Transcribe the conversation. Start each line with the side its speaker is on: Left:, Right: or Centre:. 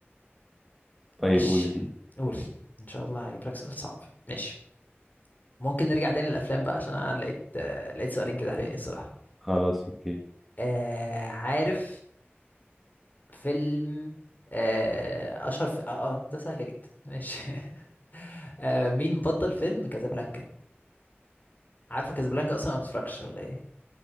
Centre: طيب
Left: ماشي
Centre: قول يا سيدي
Left: قول ان شاء الله هجيب لك سؤال صعب ماشي ممكن نرجع تاني للافلام بقى عشان انا لقيت آه، لقيت سؤالين كده حلوين الصراحة
Centre: خلاص اوكي
Left: آه عارف فيلم آه اشهر في... آه آه، ده سهل جدا ماشي <laughs> آه مين بطل فيلم كازابلانكا عارفه كازابلانكا اصلا ما بتتفرجش ولا ايه